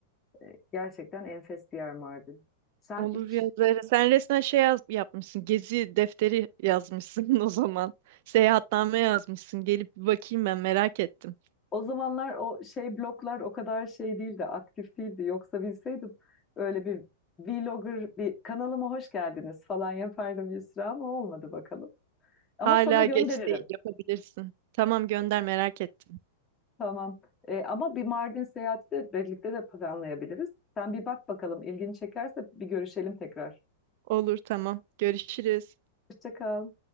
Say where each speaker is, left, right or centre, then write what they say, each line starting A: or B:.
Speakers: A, on the left; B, on the right.
A: e, gerçekten enfes bir yer Mardin. Sen
B: olur
A: hiç
B: ya Zehra. Sen resmen şey yaz- yapmışsın. Gezi defteri yazmışsın <laughs> o zaman. Seyahatname yazmışsın. Gelip bir bakayım ben merak ettim.
A: o zamanlar o şey bloklar o kadar şey değildi, aktif değildi. Yoksa bilseydim öyle bir vlogger bir kanalıma hoş geldiniz falan yapardım Yusra ama olmadı bakalım. Ama
B: Hala
A: sana gönderirim.
B: geç değil yapabilirsin. Tamam gönder merak ettim.
A: Tamam. E, ama bir Mardin seyahati de birlikte de planlayabiliriz. Sen bir bak bakalım ilgini çekerse bir görüşelim tekrar.
B: Olur tamam. Görüşürüz.
A: Hoşça kal.